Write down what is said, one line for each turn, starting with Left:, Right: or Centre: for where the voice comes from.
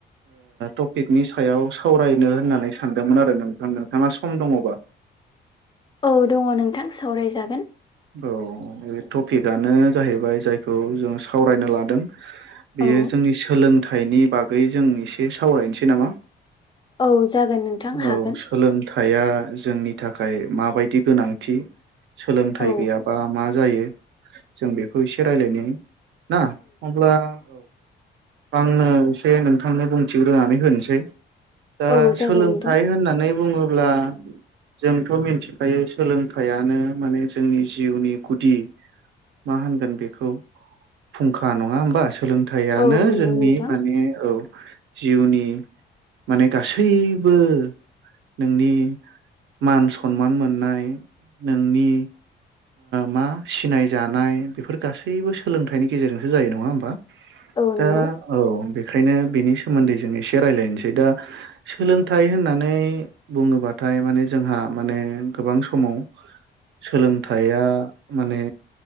Right: टपिकनि सायाव सावरायनो होननानै सानदोंमोन आरो नोंथां नोंथाङा सम दङबा
Left: औ दङ नोंथां सावरायजागोन
Right: औ बे टपिकआनो जाहैबाय जायखौ जों सावरायनो लादों बेयो
Left: औ
Right: जोंनि सोलोंथाइनि बागै जों एसे सावरायनोसै नामा
Left: औ जागोन नोंथां
Right: औ
Left: हागोन
Right: सोलोंथाया जोंनि थाखाय माबायदि गोनांथि सोलोंथाइ
Left: औ
Right: गैयाबा मा जायो जों बेखौ एसे रायज्लायनि ना अब्ला औ आंनो एसे नोंथांनो बुंथिग्रोनानै होनोसै दा
Left: औ जागोन
Right: सोलोंथाइ
Left: नोंथां
Right: होननानै बुङोब्ला अब्ला जोंथ' मिथिखायो सोलोंथायानो माने जोंनि जिउनि गुदि मा होनगोन बेखौ फुंखा नङा होमबा सोलों थायानो
Left: औ नंगौ
Right: जोंनि
Left: नोंथां
Right: माने औ जिउनि माने गासैबो नोंनि मान सनमान मोननाय नोंनि मा सिनाय जानाय बेफोर गासैबो सोलोंथाइनि गेजेरजोंसो जायो नङा होमबा
Left: औ
Right: दा
Left: नंगौ
Right: औ बेखायनो बेनि स सोमोन्दै जों एसे रायजलायनोसै दा सोलोंथाइ होननानै बुङोबाथाय माने जोंहा माने गोबां समाव सोलों थाया माने